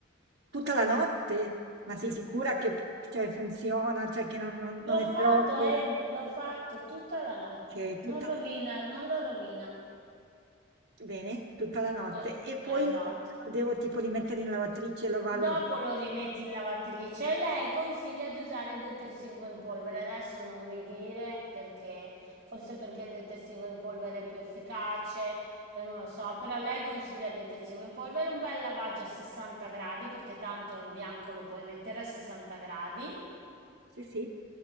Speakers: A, on the right (about 80°); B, on the right (about 50°).
A: Tutta la notte? Ma
B: Mhm.
A: sei sicura che p cioè funziona, cioè che non non
B: L'ho
A: non è
B: fatto,
A: troppo?
B: Amy, l'ho fatto tutta la notte.
A: Okay,
B: Non
A: tutta
B: rovina,
A: la
B: non lo rovina.
A: bene, tutta la notte
B: Do-
A: e poi
B: esatto.
A: la mattina lo devo tipo rimettere in lavatrice e lavarlo?
B: Dopo lo rimetti in lavatrice e lei consiglia di usare il detersivo in polvere. Adesso non mi dire perché, forse perché il detersivo in polvere è più efficace, eh, non lo so, però lei consiglia il detersivo in polvere, un bel lavaggio a 60 gradi perché tanto il bianco lo puoi mettere a 60 gradi.
A: Sì, sì.